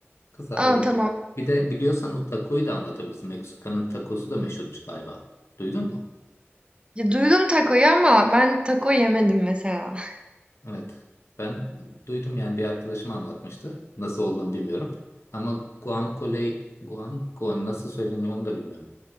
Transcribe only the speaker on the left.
Kısa
alayım.
Bir de biliyorsan o takoyu da anlatabilirsin. Meksika'nın takosu da meşhurmuş galiba. Duydun mu?
Evet. Ben duydum yani bir arkadaşım anlatmıştı. Nasıl olduğunu bilmiyorum. Ama guacamole, guacamole nasıl söyleniyor onu da bilmiyorum.